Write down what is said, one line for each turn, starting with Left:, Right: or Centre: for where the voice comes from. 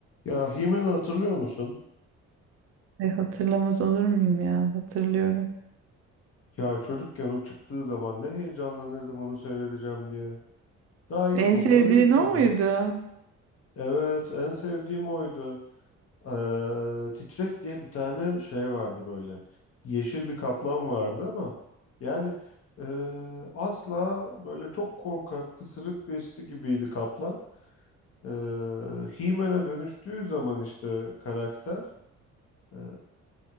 Left: Ya He-Man'ı hatırlıyor musun?
Right: E, hatırlamaz olur muyum ya? Hatırlıyorum.
Left: Ya çocukken o çıktığı zaman ne heyecanlanırdım onu seyredeceğim diye. Daha ilkokula
Right: En sevdiğin
Left: da gitmiyordum.
Right: o muydu?
Left: Evet, en sevdiğim oydu. Ee, Titrek diye bir tane şey vardı böyle. Yeşil bir kaplan vardı ama yani e, asla böyle çok korkak, pısırık birisi gibiydi kaplan. Ee, He-Man'e dönüştüğü zaman işte karakter e,